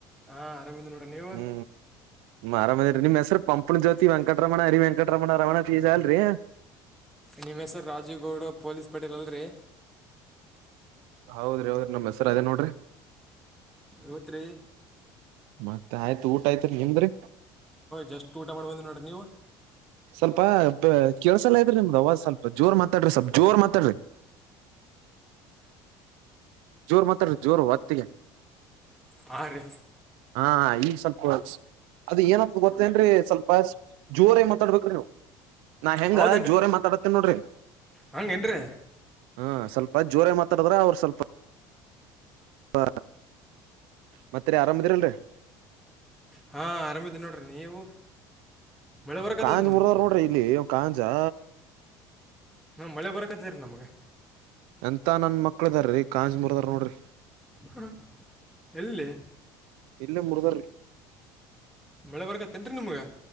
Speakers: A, in the centre; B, on the right.
A: ಹಾಂ ಆರಾಮಿದ್ದೀನಿ ನೋಡ್ರಿ ನೀವು
B: ಹೂ ಆರಾಮ್ ಅದಿನ್ರಿ ನಿಮ್ ಹೆಸ್ರರು ಪಂಪ್ನ ಜ್ಯೋತಿ ವೆಂಟರಮಣ ಅರಿ ವೆಂಕಟರಮಣ ರಮಣ ತೀಜ ಅಲ್ರರಿ
A: ನಿಮ್ಮ ಹೆಸರು ರಾಜೀವ್ ಗೌಡ ಪೊಲೀಸ್ ಪಟೇಲಲ್ರರಿ
B: ಹೌದ್ರಿ ಹೌದ್ರಿ ನಮ್ಮ ಹೆಸರ ಅದೇ ನೋಡ್ರಿ
A: ಹೊತಿರಿ
B: ಮತ್ತತ್ ಆಯ್ತ್ು ಊಟ ಆಯ್ತ್ರಿ ನಿಮ್ದ್ರಿ
A: ಜಸ್ಟ್ ಊಟ ಮಾಡ್ಬಂದಿ ನೋಡ್ರಿ ನೀವು
B: ಸ್ವಲ್ಪ ಕೆಲ್ಸಲ್ಲ ಇದ್ರಿ ನಿಮ್ದ ಅವಾಜ್ ಸ್ವಲ್ಪ ಜೋರ್ ಮಾತಾಡ್ರಿ ಸ್ವಲ್ ಜೋರ್ ಮಾತಾಡ್ರಿ ಜೋರ್ ಮಾತಾಡ್ರಿ ಜೋರ್ ಹೊತ್ತಿ
A: ಹಾ ರಿ
B: ಹಾ ಈಗ ಸ್ವಲ್ಪ ಅದ ಏನಪ್ಪ ಗೊತ್ತೇನ್ರಿ ಸ್ವಲ್ಪ ಜೋರ ಆಗಿ ಮಾತಾಡ್ಬೇಕು್ರ ನೀವು ನಾ ಹೆಂಗ
A: ಹೌದೇನ್ರಿ
B: ಜೋರ ಮಾತಾಡತೇನ ನೋಡ್ರಿ
A: ಹಂಗೇನ್ರಿ
B: ಹಾ ಸ್ವಲ್ಪ ಜೋರಾಗಿ ಮಾತಾಡ್ರ ಅವರು ಸ್ವಲ್ಪ ಹ ಮತ್ತರಿ ಆರಾಮ ಇದಿರಲ್ರಿ
A: ಹಾ ಆರಾಮಿದ್ದ ನೋಡ್ರಿ ನೀವು ಮಳೆ ಬರಕತ್ತದ್ರಿ
B: ಕಾಂಜ್
A: ನಮಗೆ
B: ಮುರದವರು
A: ಇವಾಗ
B: ನೋಡ್ರಿ ಇಲ್ಲಿ ಕಾಂಜಾ
A: ನಾವು ಮಳೆ ಬರೋಕತ್ತ ರೀ ನಮಗೆ
B: ಎಂತ ನನ್ ಮಕ್ಳ ಇದ್ದಾರ ರೀ ಕಾಂಜಿುರ್ದರು ನೋಡ್ರಿ
A: ಹ ಎಲ್ಲಿ
B: ಇಲ್ಲ ಮೃಧರ್ೀ
A: ಮಳೆ ಬರ್ಗತ್ತೇನ್ ರೀ ನಿಮ್ಗ